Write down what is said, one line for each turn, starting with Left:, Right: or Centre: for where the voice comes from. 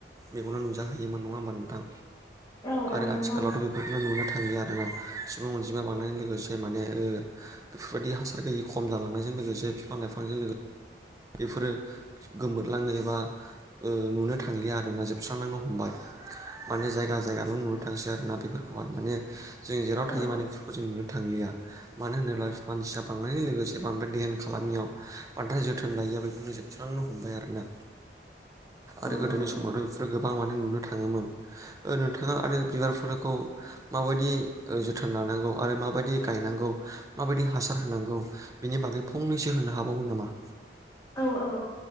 Right: मेगननाव नुजाहोयोमोन नङा होमबा नोंथां
Left: औ औ
Right: आरो
Left: नंगौ
Right: आथिखालावथ' बे बेफोरखौनो नुनो थांयो आरोना सुबुं अनजिमा बानायनायजों लोगोसे माने बेफोरबायदि हासार गैयि खम जालांनायजों लोगोसे बिफां लाइफांजों लोगो बेफोरो गोमोरलांनो एबा नुनो थांलिया आरोना जोबस्रांलांनो हमबाय माने जायगा जायगाल' नुनो थांसै आरोना बेफोरखौहाय माने जों जेराव थायो
Left: औ
Right: माने बेफोरखौ जों नुनो थांलिया मानो होनोब्ला मानसिया बांनायजों लोगोसे बांद्राय दहोन खालामियाव बाद्राय जोथोन लायोैया बेफोरनो जोबस्रांनो हमबाय आरोना आरो
Left: औ
Right: गोदोनि
Left: औ औ
Right: समावथ' फोर गोबां माने नुनो थाङोमोन नोंथाङा आरो बिबारफोरखौ माबायदि जोथोन लानांगौ आरो माबायदि गायनांगौ माबायदि हासार होनांगौ बेनि बागै फंनैसो होननो हाबावगोन नामा
Left: औ औ